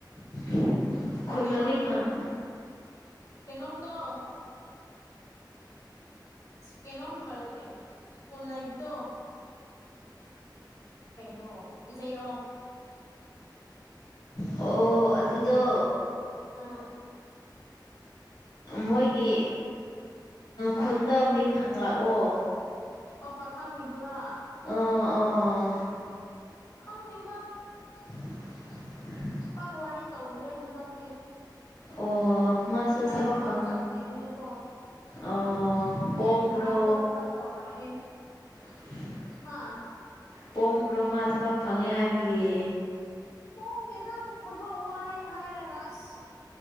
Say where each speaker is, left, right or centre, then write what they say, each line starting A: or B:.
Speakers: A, on the left; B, on the left.
A: <unintelligible>
B: ꯀꯩꯅꯣꯝ
A: ꯃꯃꯤꯡ ꯍꯪ
B: ꯀꯩꯅꯝꯗ ꯀꯩꯅꯣꯝ ꯁ꯭ꯀꯨꯜ ꯂꯩꯕꯗꯣ ꯀꯩꯅꯣ ꯏ ꯑꯩ ꯔꯣꯡ
A: ꯑꯣ ꯑꯗꯨꯗꯣ
B: ꯑꯥ
A: ꯃꯣꯏꯒꯤ ꯈꯨꯟꯗ ꯃꯤꯡ ꯍꯪꯂꯛꯑꯣ
B: ꯑꯣ ꯄꯥꯈꯪꯉꯤꯗꯨꯔꯥ
A: ꯑꯥ ꯑꯥ
B: ꯈꯪꯗꯦꯒ
A: <unintelligible>
B: ꯄꯥꯛ ꯋꯥꯔꯤ ꯇꯧꯗ꯭ꯔꯦ ꯍꯟꯗꯛꯇꯤ
A: ꯑꯣ ꯃꯥꯁꯨ
B: ꯃꯥꯏ
A: ꯆꯕꯥꯎ
B: ꯊꯕꯛ
A: ꯈꯪ
B: ꯆꯠꯄꯅꯤꯅꯀꯣ
A: ꯑꯣ ꯑꯣꯣꯝꯕ꯭ꯔꯣ
B: ꯅꯍꯥꯟꯗꯣ ꯈꯔ ꯇꯧꯔꯛꯑꯦ
A: <unintelligible>
B: ꯍꯥꯥ
A: ꯄꯣꯡꯕ꯭ꯔꯣ ꯃꯥ ꯊꯕꯛ ꯐꯪꯉꯦ ꯍꯥꯏꯕꯒꯤ
B: ꯍꯣꯡꯒꯦꯗ ꯊꯕꯛ ꯋꯥꯏ ꯍꯥꯏꯔꯒ ꯑꯁ